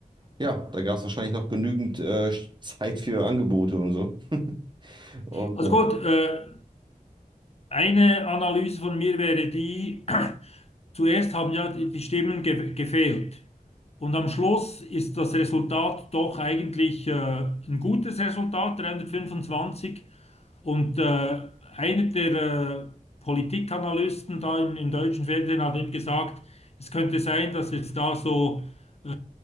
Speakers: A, on the right (about 30°); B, on the left (about 45°).
A: ja, da gab es wahrscheinlich noch genügend äh, Zeit für Angebote und so. Und,
B: Also
A: ja.
B: gut, äh, Eine Analyse von mir wäre die, <clears throat> zuerst haben ja die die Stimmen ge gefehlt. Und am Schluss ist das Resultat doch eigentlich äh, ein gutes Resultat, 325. Und äh, einer der äh, Politikanalysten da im, im deutschen Fernsehen hat eben gesagt, es könnte sein, dass es da so äh,